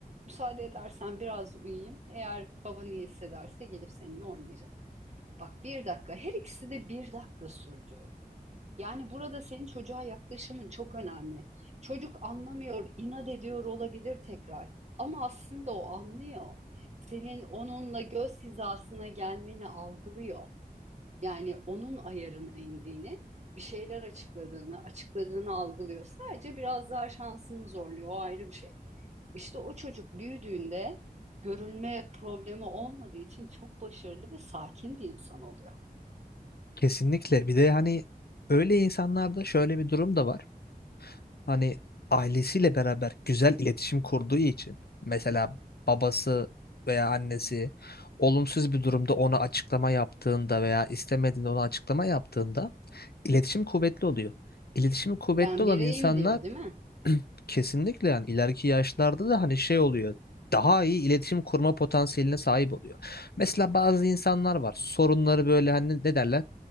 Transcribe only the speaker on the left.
Kesinlikle. Bir de hani öyle insanlarda şöyle bir durum da var. hani ailesiyle beraber güzel iletişim kurduğu için mesela babası veya annesi olumsuz bir durumda ona açıklama yaptığında veya istemediğinde ona açıklama yaptığında iletişim kuvvetli oluyor. İletişimi kuvvetli
olan
insanlar
kesinlikle yani ileriki yaşlarda da hani şey oluyor. Daha iyi iletişim kurma potansiyeline sahip oluyor. Mesela bazı insanlar var. Sorunları böyle hani ne derler?